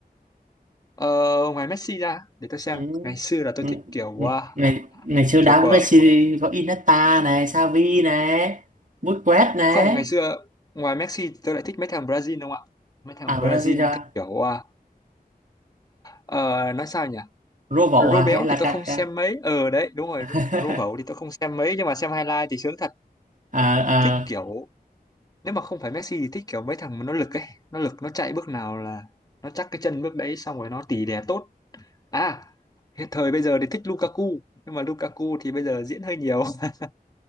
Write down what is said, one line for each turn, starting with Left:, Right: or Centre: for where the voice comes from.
Left: ờ, ngoài Messi ra để tôi xem
Right: ừ.
Left: ngày xưa là tôi
Right: Ừ.
Left: thích kiểu
Right: Ừ.
Left: à,
Right: ngày ngày xưa đá
Left: kiểu của
Right: với Messi có Iniesta này Xavi này Busquets này
Left: không ngày xưa ngoài Messi thì tôi lại thích mấy thằng Brazil không ạ mấy thằng
Right: à
Left: Brazil
Right: Brasilia
Left: theo kiểu à, ờ, nói sao nhỉ
Right: Robo
Left: Rô
Right: à
Left: béo
Right: hay là
Left: thì tôi
Right: Kaká
Left: không xem mấy ờ đấy đúng rồi
Right: <laughs>
Left: Rô bẩu thì tôi không xem mấy nhưng mà xem highlight thì sướng thật
Right: à,
Left: thích
Right: à
Left: kiểu nếu mà không phải Messi thì thích kiểu mấy thằng mà nó lực ấy nó lực nó chạy bước nào là nó chắc cái chân bước đấy xong rồi nó tỉ đè tốt à hiện thời bây giờ thì thích Lukaku nhưng mà Lukaku thì bây giờ diễn hơi nhiều <laughs>